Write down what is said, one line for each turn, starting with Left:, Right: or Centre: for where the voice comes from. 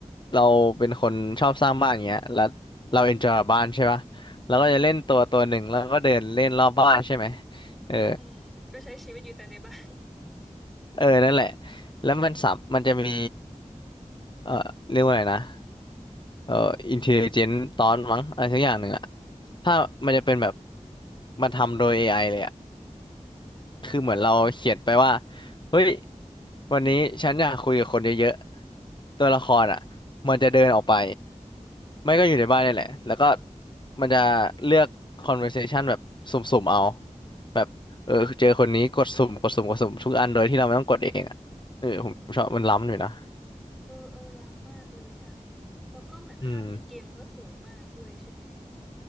Left: เราเป็นคนชอบสร้างบ้านอย่างเงี้ยแล้วเราเอนจอยบ้านใช่ปะเราก็จะเล่นตัวตัวหนึ่งแล้วก็เดินเล่นรอบบ้านใช่ไหม
Centre: อืม
Left: เออ
Centre: อืมก็ใช้ชีวิตอยู่แต่ในบ้าน
Left: เออนั่นแหละแล้วมันสัมมันจะมีเออเรียกว่าอะไรนะ เอ่ออินเทลเจนตอนมั้งอะไรสักอย่างหนึ่งอะถ้ามันจะเป็นแบบมันทำโดย AI เลยอะ
Centre: อื
Left: คือเหมือนเราเขียนไปว่า
Centre: ม
Left: เฮ้ยวันนี้ฉันอยากคุยกับคนเยอะๆตัวละครอะมันจะเดินออกไป
Centre: อืม
Left: ไม่ก็อยู่ในบ้านนี่แหละแล้วก็มันจะเลือก conversation แบบสุ่มๆเอาแบบเออเจอคนนี้กดสุ่มกดสุ่มกดสุ่มทุกอันโดยที่เราไม่ต้องกดเองอะเออผมชอบมันล้ำอยู่นะ
Centre: อ๋อเออเออล้ำมากเลยอ่ะ แล้วก็เหมือนภาพในเกมก็สวยมากด้วยใช่ไหม
Left: อืม